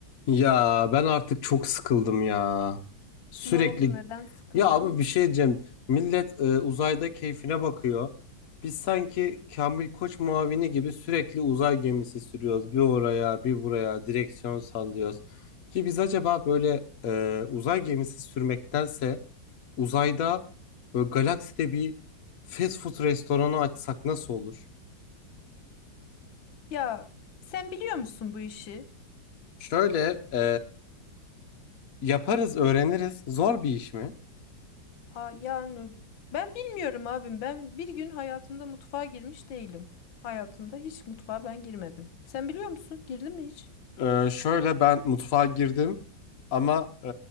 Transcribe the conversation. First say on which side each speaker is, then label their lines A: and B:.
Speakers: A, on the left; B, on the left.
A: Ya ben artık çok sıkıldım ya. Sürekli
B: Ne oldu? Neden sıkıldın?
A: ya abi bir şey diyeceğim. Millet e, uzayda keyfine bakıyor. Biz sanki Kamil Koç muavini gibi sürekli uzay gemisi sürüyoruz. Bir oraya, bir buraya direksiyon sallıyoruz. Ki biz acaba böyle e, uzay gemisi sürmektense uzayda böyle galakside bir fast food restoranı açsak nasıl olur?
B: Ya sen biliyor musun bu işi?
A: Şöyle e, yaparız, öğreniriz. Zor bir iş mi?
B: Aa, yani ben bilmiyorum abim. Ben bir gün hayatımda mutfağa girmiş değilim. Hayatımda hiç mutfağa ben girmedim. Sen biliyor musun? Girdin mi hiç?
A: Ee, şöyle ben mutfağa girdim ama e,